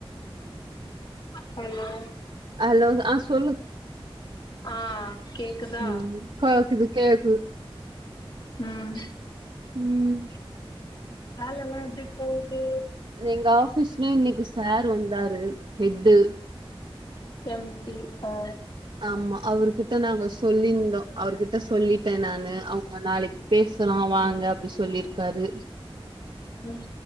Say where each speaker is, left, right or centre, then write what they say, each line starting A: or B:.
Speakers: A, on the left; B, on the right.
A: ஹலோ
B: ஹலோ ஆ சொல்லு
A: ஆ ஆ கேக்குதா
B: ம் கேக்குது கேக்குது
A: ம்
B: ம்
A: வேலலா எப்டி போது
B: எங்க ஆஃபீஸ்ல இன்னைக்கு சார் வந்தாரு ஹெட்டு
A: எம் டி அ
B: ஆமா அவர்கிட்ட நாங்க சொல்லியிந்தோ அவர்கிட்ட சொல்லிட்ட நானு நாளைக்கு பேசலா வாங்க அப்டி சொல்லிருக் காரு
A: ம்